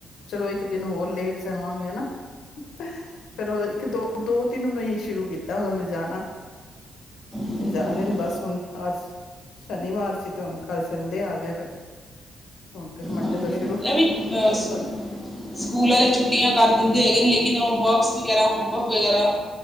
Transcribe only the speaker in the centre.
ਹਮ,
ਹਾਂਜੀ
ਹਾਂਜੀ।
ਇਹ ਵੀ ਅ
ਸਕੂਲ ਵਾਲੇ ਛੁੱਟੀਆਂ ਕਰ ਦਿੰਦੇ ਹੈਗੇ ਨੇ ਲੇਕਿਨ, ਉਹ ਵਰਕਸ ਵਗੈਰਾ ਹੋਮ ਵਰਕ ਵਗੈਰਾ।